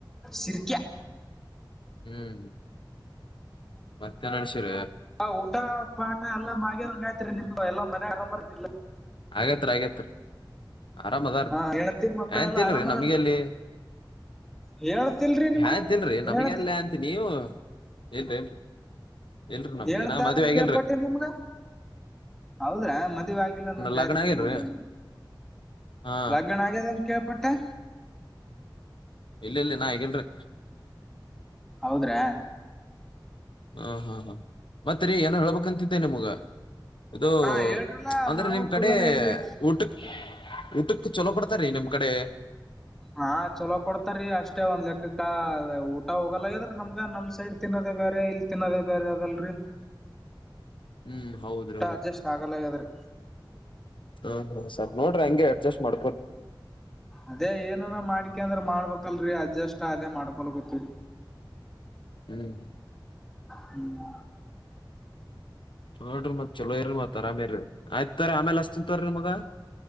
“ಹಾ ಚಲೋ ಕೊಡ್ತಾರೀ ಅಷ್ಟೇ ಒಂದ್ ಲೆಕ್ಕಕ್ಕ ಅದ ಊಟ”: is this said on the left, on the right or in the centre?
Centre